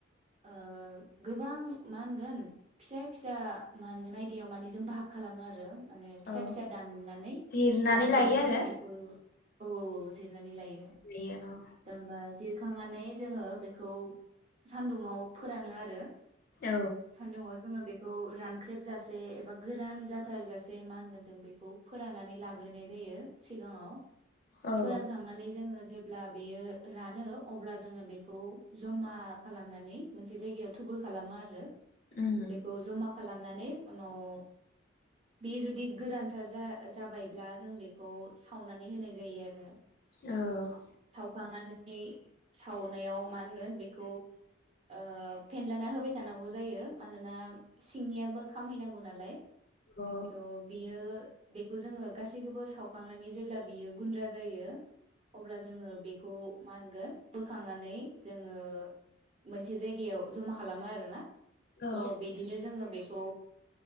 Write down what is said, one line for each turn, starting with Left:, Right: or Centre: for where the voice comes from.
Right: ओ गोबां मा होनगोन फिसा फिसा मा होनगोन आयदायाव माने जों बाहाग खालामो आरो माने फिसा
Left: औ
Right: फिसा दाननानै
Left: जिरनानै
Right: दानफैनानै
Left: लायो आरो
Right: बेखौ औ औ औ जिरनानै लायो
Left: लायो औ
Right: ओ जिरखांनानै जोङो बेखौ सानदुङाव फोरानो आरो
Left: औ
Right: सान्दोंङाव जोङो बेखौ बेखौ रानख्रेबजासे एबा गोरान जाथारजासे मा होनगोन जों बेखौ फोराननानै लाग्रोनाय जायो सिगाङाव ।
Left: औ
Right: फोरानखांनानै जोङो जेब्ला बेयो रानो अब्ला जोङो बेखौ जमा खालामनानै मोनसे जायगायाव थुबुर खालामो आरो ।
Left: उम
Right: बेखौ जमा खालामनानै उनाव बे जुदि गोरानथार जा-जाबायब्ला जों बेखौ सावनानै होनाय जायो आरो ।
Left: औ
Right: खांनानै सावनायाव मा होनगोन बेखौ ओ फेनलाना होबाय थानांगौ जायो । मानोना सिंनियाबो खामहैनांगौ नालाय ।
Left: औ
Right: त' बियो बेखौ जोङो गासैखौबो सावखांनानै जेब्ला बियो गुन्द्रा जायो। अब्ला जोङो बे खौ मा होनगोन बोखांनानै जोङो मोनसे जायगायाव जमा खालामो आरोना ।
Left: औ
Right: थ' बिदिनो जोङो बे खौ